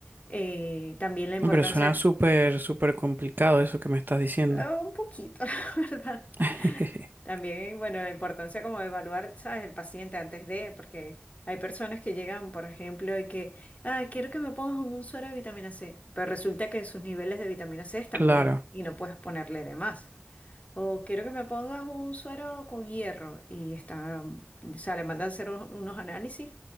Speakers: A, on the left; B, on the right.
A: eh, también la importancia,
B: Pero suena súper, súper complicado eso que me estás diciendo.
A: eh, un poquito, <laughs> la verdad.
B: <laughs>
A: También, bueno, la importancia como de evaluar, ¿sabes? El paciente antes de, porque hay personas que llegan, por ejemplo, y que, ah, quiero que me pongas un suero de vitamina C, pero resulta que sus niveles de vitamina C están
B: Claro,
A: bien y no puedes ponerle de más. O quiero que me pongas un suero con hierro y está, o sea, le mandan a hacer un- unos análisis